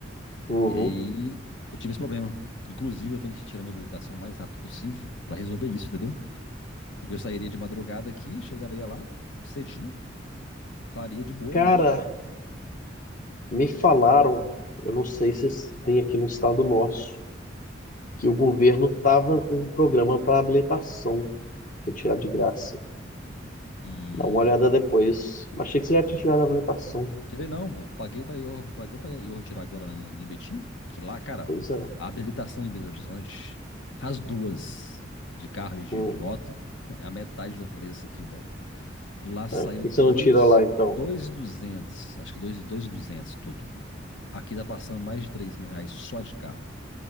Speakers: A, on the left (about 45°); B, on the left (about 70°).
A: Uhum.
B: E aí eu tive esse problema. Inclusive, eu tenho que tirar minha habilitação o mais rápido possível para resolver isso, entendeu? Porque eu sairia de madrugada aqui, chegaria lá cedinho, faria de boa
A: Cara,
B: e voltava.
A: me falaram, eu não sei se tem aqui no estado nosso, que o governo tava com um programa para habilitação, você tirar de graça.
B: Hum.
A: Dá uma olhada depois. Achei que você já tinha tirado a habilitação.
B: Tirei não, eu paguei pra eu, pra eu, pra eu retirar agora lá em Betim, que lá, cara,
A: Pois é.
B: a habilitação em Belo Horizonte, as duas, de carro e de,
A: Hum,
B: de moto, <laughs> é a metade do preço aqui, velho. Lá saiu
A: é. Por que
B: dois,
A: você não tira lá então?
B: dois e duzentos, acho que dois, dois e duzentos tudo. Aqui tá passando mais de três mil reais só de carro,